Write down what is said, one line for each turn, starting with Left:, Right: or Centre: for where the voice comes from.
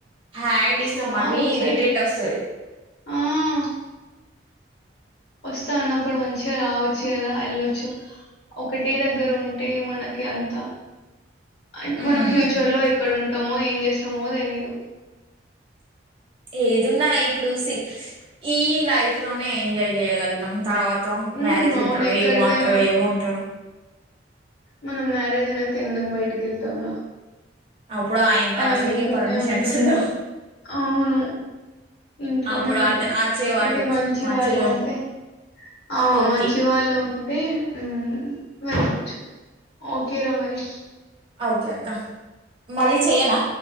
Right: హ్యాండ్ ఇస్తే
Left: స్రా
Right: మరీ ఇరిటేట్
Left: పది
Right: వస్తది
Left: ఆ <unintelligible> వస్తా అన్నప్పుడు మంచిగా రావ చ్చు కదా వెళ్లొచ్చు ఒకటే దగ్గర ఉంటే మనకి అంత అం
Right: ఉమ్
Left: మనం ఫ్యూచర్ లో ఎక్కడ ఉంటమో ఏం చేస్తామో తెలిదు
Right: ఏదున్నా ఇప్పుడు సి ఈ లైఫ్ లోనే ఎజాయ్ చేయగల్తాం తర్వాత
Left: హ్మ్,
Right: మ్యారేజ్
Left: అవును
Right: అంటరు
Left: ఎక్కడికైనా
Right: ఏవో అంటరు ఏవో అంటరు <inaudible>
Left: మనం మ్యారేజ్ అయినాక ఎందుకు బయటికి వెళ్తాం రా
Right: అప్పుడు ఆయింత
Left: ఆ
Right: అసలుకే
Left: ఇంట్లోనే
Right: పర్మిషన్స్
Left: ఉంటాం.
Right: ఉండవు
Left: అవును ఇంట్లోనే
Right: అప్పుడు
Left: ఉంటాం.
Right: అత వచ్చేవాడు
Left: అంటే మంచివాళ్ళు
Right: మంచిగా
Left: ఉంటే ఆ
Right: ఓకే
Left: మంచి వాళ్ళు ఉంటే అ వెళ్లొచ్చు ఓకే ర మరి
Right: ఓకే అత్త మళ్ళీ చేయనా